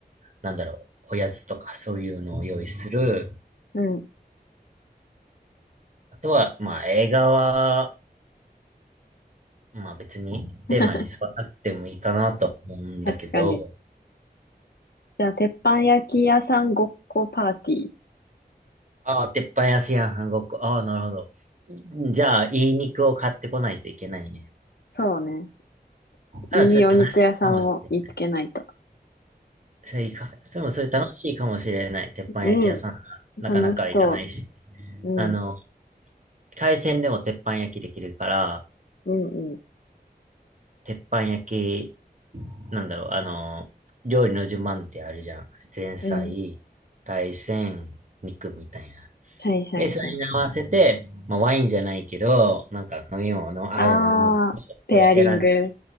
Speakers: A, on the right; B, on the left.
A: なんだろう、おやつとかそういうのを用意する、
B: うん、う
A: あとは、まあ映画は、まあ別にテーマに沿わなくてもいいかなと思うんだけど、
B: ん、<laughs> 確かに。じゃあ、鉄板焼き屋さんごっこパーティー。
A: ああ、鉄板安いやん、韓国。ああ、なるほど。じゃあ、いい肉を買ってこないといけないね。
B: そうね。いいお肉屋さんを見つけないと。
A: あら、それ楽しいかもしれない。それいか、それもそれ楽しいかもしれない。鉄板焼き屋さんがなかなか行かないし。
B: うん。楽しそう。うん。
A: あの、海鮮でも鉄板焼きできるから、
B: うん、うん、
A: 鉄板焼きなんだろう、あの、料理の順番ってあるじゃん。前菜、
B: うん。
A: 海鮮、肉みたいな。
B: はい、はい、
A: で、それに合わせて、
B: はい。
A: まあ、ワインじゃないけど、なんか飲み物、合う飲み物
B: ああ、ペアリング。
A: を選ん、